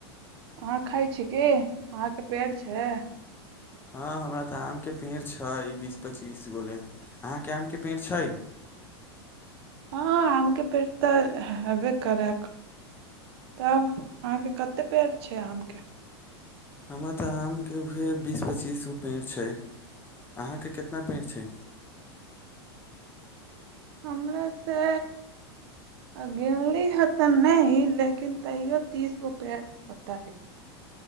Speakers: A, on the right; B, on the left.
A: अहाँ खाय छी की अहाकेँ पेड़ छै
B: हँ हमरा तऽ आम के पेड़ छै बीस पच्चीस गोले अहाँकेँ आम के पेड़ छै।
A: हँ आम के पेट तऽ हब कर तब अहाँकेँ कते पेड़ छै आम के
B: हमरा तऽ आमके उह बीस पच्चीस गो पेड़ छै अहाँकेँ कितना पेड़ छै।
A: हमर से। अ गिनली ते नहि लेकिन तैयो तीस गो पेड़ होता हे